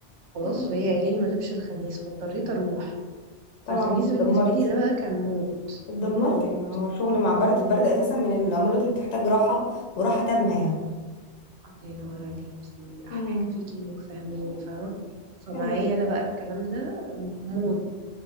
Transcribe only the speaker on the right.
خلاص
وهي قايله لي ما غيبش الخميس فاضطريت اروح
فالخميس
بالنسبه لي ده بقى كان موت
موت
الله ينور عليكي احلى
حاجه فيكي انك فاهماني فاهمه فمعايا
انا بقى الكلام ده موت